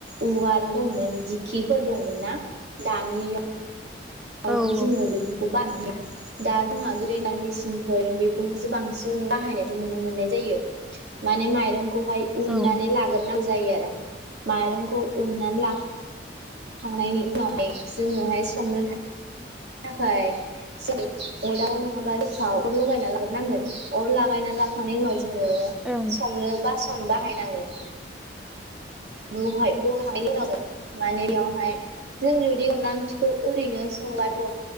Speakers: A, on the right; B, in the centre.
A: उवाल दंमोन दिखिफोर दंमोन ना दानि दावथ'
B: औ
A: जोङो बेफोरखौ बान्लिया दा जोंहा ग्रेडार मेसिनफोर बेफोरखौसो बांसिन बाहायनायखौ नुनो मोननाय जायो माने माइरं खौहाय उननानै
B: औ ओं
A: लाग्रोनांगौ जायो आरो माइरंखौ उननानै ला थांनायनि उनावहाय जोङोहाय संनो था। थाखाय अरदाव नङाबा गेसाव अर लगायना लाग्रोनांगोन अर लागायना लाखांनायनि उनाव जोङो
B: ओं
A: संनो बासन बाहायनांगोन बेहाय बहााखांनायनि उनाव माने बेयावहाय जों जुदि अनला ओंख्रिखौ ओरैनो संबाथ'